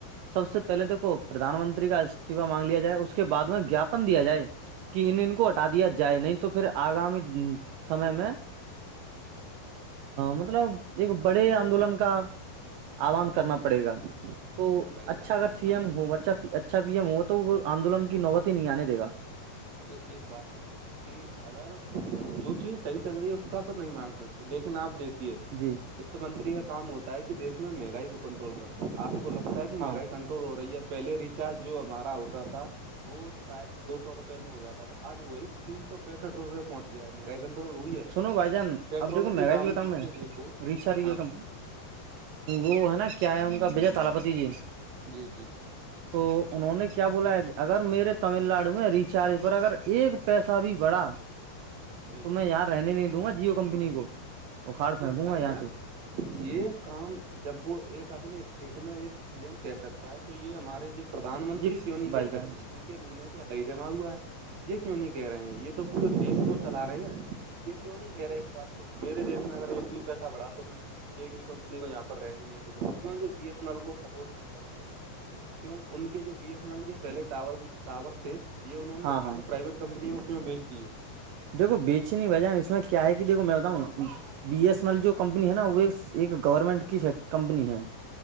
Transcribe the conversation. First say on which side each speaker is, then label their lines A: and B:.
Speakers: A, on the right; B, on the right.
A: سب سے پہل دیکھو پردان منتری کا استعفا مانگ لیا جائے اس کے بعد میں جاپن دیا جائے کہ ان ان کو ہٹا دیا جائے نہیں تو پھر آگامی سمے میں مطلب ایک بڑے آندولن کا آان کرنا پڑے گا تو
B: نہیں بھائی
A: اچھا
B: جان
A: اگر
B: ایک
A: سی
B: بات
A: ایم ہو اھا اچھا پی ایم ہو تو تو وہ آندولن کی نوبتی ہی نہیں آنے دے گا
B: یہ ایک بات سنو کہ اگر جو چیز صحیح چل رہی ہے اس کا تو نہیں مانگ سکتے لیکن آپ دیکھیے
A: جی
B: وت منتری کام ہوتا ہے کہ د دیش میں مہگائی کو کنٹرول کرے آ کو لگتا ہے کہ
A: ہاں
B: مہگائی کنٹر ہو رہی ہے پہلے ریچارج جو ہمارا ہوتا تھا وہ شاید دو سو روپے میں ہو جاتا تھا آج وہی تین سو پینسٹھ روپئے پہنچ گیا ہے مہنگائی کنٹرول ہوئی ہے
A: سنو بھائی جان
B: پیٹرول
A: اب دیکھو مہنگا
B: دام
A: کی ہوتاوں
B: کے
A: میں
B: دیکھو
A: ریشا کی
B: ہاں
A: ہوتا وہ
B: بھائی
A: ہے
B: جان
A: نا کیا ہے ان کا بجے تالپتی جی
B: جی جی
A: تو انہوں نے کیا بولا ہے کہ اگر میرے تمل ناڈو میں ریچارج پر اگر ایک پیسہ بھی بڑھا
B: جی
A: تو
B: جی
A: میں یہاں
B: جی
A: رہنے نہیں دوں گا جیو کمپنی کو اکھاڑ پھینکوں
B: تو بھائی
A: گا یہاں
B: جان
A: سے
B: یہ کام جب وہ ایک اپنے اسٹیٹ میں ایک سی ایم کہہ سکتا ہے تو یہ ہمارے یہ پردان منتری
A: جی
B: کیوں نہیں کہہ
A: بھائی جان
B: سکتے ان کے کے منہ میں کیا دہی جمع ہوا ہے یہ کیوں نہیں کہہ رہے ہیں یہ تو پورے دیش کو چلا رہے ہیں یہ کیوں نہیں کہہ رہے اس بات کو میرے دیش میں اگر ایک بھی پیسہ بڑھا تو میں ایک بھی کمپنی کو یہاں پر رہنے نہیں دوںا کی بی ایس ایین ایل کو سپورٹ نہیں کرتے کیوں ان کے جو بی ایس این ایل کے پہلے ٹاور تھے یہ انہوں نے
A: ہاں
B: اٹھا
A: ہاں
B: کے پرائیویٹ کمپنیوں کیوں بیچ دی ہے
A: دیکو بیچے نہیں بجان اس میں کیا ہے کہ دیکو میں بتاؤں بی ایس این ایل جو کمپنی ہے نا وہ ایک گورنمنٹ کی کمپنی ہے